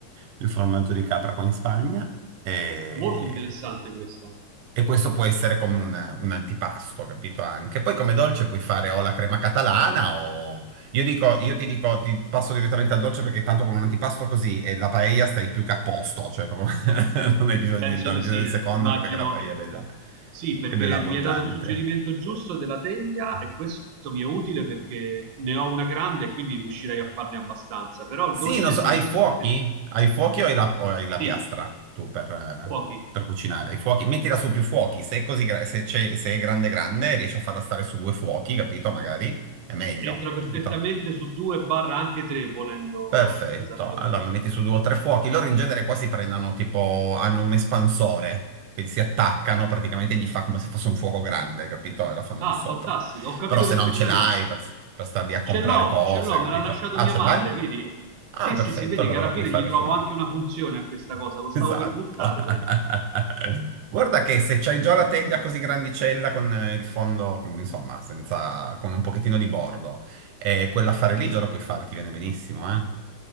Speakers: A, on the right; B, on the right.
A: Il formaggio di capra qua in Spagna. E,
B: Molto interessante questa.
A: e questo può essere come un, un antipasto, capito? Anche. Poi come dolce puoi fare o la crema catalana o... Io dico, io ti dico, ti passo direttamente al dolce perché tanto con un antipasto così e la paella stai più che a posto, cioè proprio <laughs> non hai bisogno
B: Penso
A: di entrare
B: di
A: nel
B: sì,
A: del
B: eh.
A: secondo
B: immagino.
A: anche perché la paella è bella,
B: Sì, perché
A: è bella abbondante.
B: mi hai dato il suggerimento giusto della teglia e questo mi è utile perché ne ho una grande e quindi riuscirei a farne abbastanza, però
A: Sì,
B: il dolce
A: non so,
B: sì,
A: hai
B: sicuramente.
A: fuochi? Hai fuochi o hai la, o hai la
B: Sì,
A: piastra tu per, eh,
B: pochi.
A: per cucinare? Hai fuochi? Mettila su più fuochi, se è così, gra- se, c'è- se è grande grande riesci a farla stare su due fuochi, capito? Magari è meglio,
B: Entra perfettamente
A: capito?
B: su due barra anche tre, volendo
A: Perfetto,
B: esagerare.
A: allora la metti su due o tre fuochi, loro in genere qua si prendono tipo, hanno un espansore che si attaccano praticamente e gli fa come se fosse un fuoco grande, capito? E la fanno
B: Ah,
A: lì sopra.
B: fantastico, ho capito
A: Però se
B: perfettamente.
A: non ce l'hai per, per star lì a
B: Ce
A: comprare
B: l'ho,
A: cose,
B: ce l'ho,
A: capito?
B: me l'ha lasciato
A: Ah,
B: mia
A: ce
B: madre,
A: l'hai?
B: vedi?
A: Ah,
B: Sì,
A: perfetto,
B: sì, sì, vedi
A: allora
B: che alla
A: la
B: fine
A: puoi fare
B: gli trovo
A: su uno
B: anche una funzione a questa cosa, lo stavo
A: Esatto.
B: per buttare,
A: <laughs>
B: penso.
A: Guarda che se c'hai già la teglia così grandicella con eh, il fondo, con- insomma, senza, con un pochettino di bordo, e quella a fare lì già la puoi fare, ti viene benissimo, eh?